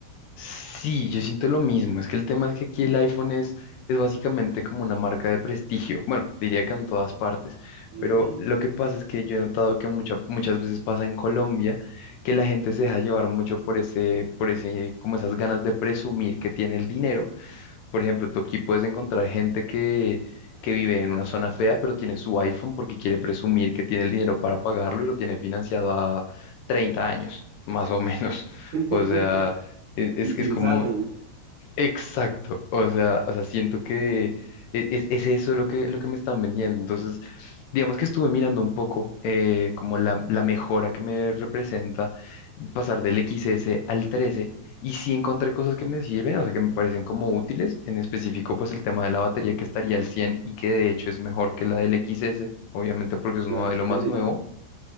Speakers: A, on the left; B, on the right.
A: Sí, yo siento lo mismo. Es que el tema es que aquí el iPhone es, es básicamente como una marca de prestigio. Bueno, diría que en todas partes.
B: Ujú.
A: Pero lo que pasa es que yo he notado que mucha- muchas veces pasa en Colombia que la gente se deja llevar mucho por ese, por ese, como esas ganas de presumir que tiene el dinero. Por ejemplo, tú aquí puedes encontrar gente que, que vive en una zona fea, pero tiene su iPhone porque quiere presumir que tiene el dinero para pagarlo y lo tiene financiado a 30 años, más o menos. <laughs>
B: <laughs>
A: O sea, e- es
B: Y
A: que
B: sin
A: es como,
B: saldo, ¿eh?
A: Exacto, o sea, o sea, siento que e- es, es eso lo que, lo que me están vendiendo. Entonces, digamos que estuve mirando un poco eh, como la, la mejora que me representa pasar del X S al 13 y sí encontré cosas que me sirven, o sea, que me parecen como útiles, en específico pues el tema de la batería que estaría al 100 y que de hecho es mejor que la del X S, obviamente porque es un
B: Claro,
A: modelo
B: de
A: más
B: ley.
A: nuevo.